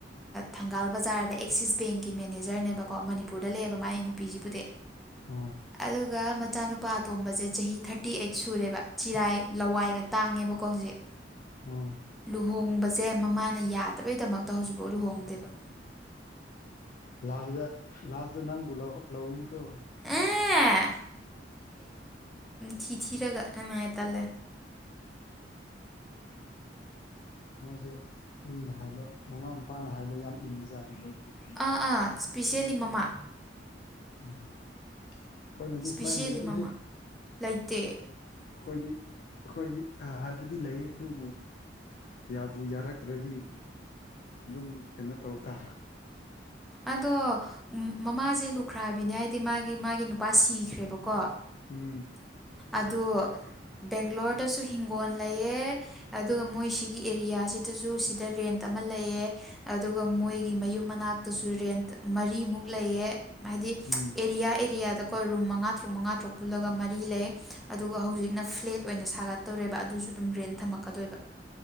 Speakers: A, in the centre; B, on the left (about 50°).
A: ꯊꯪꯒꯥꯜ ꯕꯖꯥꯔꯗ ꯑꯦꯛꯁꯤꯁ ꯕꯦꯡꯒꯤ ꯃꯦꯅꯦꯖꯔꯅꯦꯕꯀꯣ ꯃꯅꯤꯄꯨꯔꯗ ꯂꯩꯌꯦꯕ ꯃꯥꯏ ꯅꯨꯄꯤꯁꯤꯕꯨꯗꯤ
B: ꯍꯣꯏ
A: ꯑꯗꯨꯒ ꯃꯆꯥꯅꯨꯄꯥ ꯑꯇꯣꯝꯕꯁꯦ ꯆꯍꯤ ꯊꯥꯔꯇꯤ ꯑꯩꯠ ꯁꯨꯔꯦꯕ ꯆꯤꯔꯥꯏ ꯂꯋꯥꯏꯒ ꯇꯥꯡꯉꯦꯕꯀꯣ ꯍꯧꯖꯤꯛ
B: ꯍꯣꯏ
A: ꯂꯨꯍꯣꯡꯕ ꯁꯦ ꯃꯃꯥꯅ ꯌꯥꯗꯕꯩꯗꯃꯛꯇ ꯍꯧꯖꯤꯛꯐꯥꯎ ꯂꯨꯍꯣꯡꯗꯦꯕ
B: ꯂꯜꯒ ꯂꯥꯁꯗ ꯅꯪꯕꯨꯂ ꯂꯎꯅꯤ ꯀ
A: ꯑꯦ ꯊꯤꯊꯤꯔꯒ ꯅꯨꯡꯉꯥꯏ ꯇꯜꯂꯦ
B: ꯃꯣꯏꯁꯦ ꯃꯤꯅ ꯍꯥꯏꯕ ꯃꯃꯥ ꯃꯄꯥꯅ ꯍꯥꯏꯕ ꯌꯥꯝ ꯏꯟꯕ ꯖꯥꯠꯅꯤꯀꯣ ꯑꯗꯨꯗꯤ
A: ꯑꯥ ꯑꯥ ꯏꯁꯄꯤꯁꯦꯜꯂꯤ ꯃꯃꯥ
B: ꯎꯝ ꯑꯩꯈꯣꯏꯅꯗꯤ
A: ꯏꯁꯄꯤꯁꯦꯜꯂꯤ
B: ꯁꯨꯃꯥꯏꯅ ꯂꯩꯇꯦꯍꯦ
A: ꯃꯃꯥ ꯂꯩꯇꯦ
B: ꯑꯩꯈꯣꯏꯗꯤ ꯑꯩꯈꯣꯏꯗꯤ ꯍꯥꯏꯕꯗꯤ ꯂꯩ ꯑꯗꯨꯕꯨ ꯌꯥꯕꯨ ꯌꯥꯔꯛꯇ꯭ꯔꯗꯤ ꯑꯗꯨꯝ ꯀꯩꯅꯣ ꯇꯧ ꯇ
A: ꯑꯗꯣ ꯃꯃꯥꯁꯦ ꯂꯨꯈ꯭ꯔꯥꯕꯤꯅꯦ ꯍꯥꯏꯗꯤ ꯃꯥꯒꯤ ꯃꯥꯒꯤ ꯅꯨꯄꯥ ꯁꯤꯈ꯭ꯔꯦꯕꯀꯣ
B: ꯎꯝ
A: ꯑꯗꯣ ꯕꯦꯡꯒ꯭ꯂꯣꯔꯗꯁꯨ ꯍꯤꯡꯒꯣꯜ ꯂꯩꯑ ꯑꯗꯨꯒ ꯃꯣꯏ ꯁꯤꯒꯤ ꯑꯦꯔꯤꯌꯥꯁꯤꯗꯁꯨ ꯁꯤꯗ ꯔꯦꯟ ꯇ ꯑꯃ ꯂꯩꯑꯦ ꯑꯗꯨꯒ ꯃꯣꯏꯒꯤ ꯃꯌꯨꯝ ꯃꯅꯥꯛꯇꯁꯨ ꯔꯦꯟꯠ ꯃꯔꯤꯃꯨꯛ ꯂꯩꯑꯦ ꯍꯥꯏꯗꯤ
B: ꯎꯝ
A: ꯑꯦꯔꯤꯌꯥ ꯑꯦꯔꯤꯌꯥꯗ ꯑꯩꯣꯏ ꯔꯨꯝ ꯃꯉꯥ ꯇꯔꯨꯛ ꯃꯉꯥ ꯇꯔꯨꯛ ꯄꯨꯜꯂꯒ ꯃꯔꯤ ꯂꯩ ꯑꯗꯨꯒ ꯍꯧꯖꯤꯛꯅ ꯐ꯭ꯂꯦꯠ ꯑꯣꯏꯅ ꯁꯥꯒꯠꯇꯧꯔꯦꯕ ꯑꯗꯨꯁꯨ ꯁꯨ ꯑꯗꯨꯝ ꯔꯦꯟ ꯊꯝꯃꯛꯀꯗꯣꯏꯕ